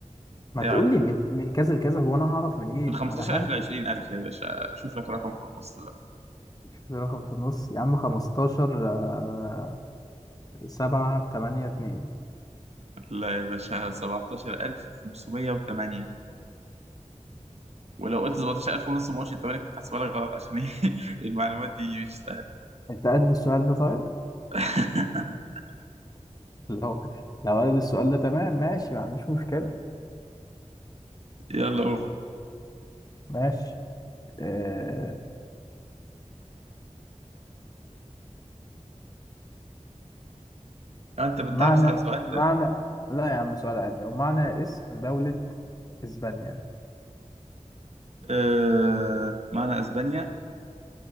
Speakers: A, on the left; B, on the right.
A: ما
B: يعني
A: تقول لي من من كذا لكذا هو انا هعرف من ايه
B: من
A: ما
B: 15000
A: انا ههبط
B: ل 20000 يا باشا شوف لك رقم في النص بقى
A: شوف لي رقم في النص يا عم 15 آه 7 8 2
B: لا يا باشا 17508 ولو قلت 17000 ونص ما قلتش 8 كنت هحسبها لك غلط عشان ايه <laughs> المعلومات دي مش سهله
A: انت قد السؤال ده طيب
B: <laughs>
A: <laughs> لو لو قد السؤال ده تمام ماشي ما عنديش مشكلة
B: يلا قول
A: ماشي آه...
B: آه، انت بتدعبس
A: معنى
B: على سؤال
A: معنى لا يا عم سؤال عادي ومعنى اسم دولة اسبانيا
B: آه معنى اسبانيا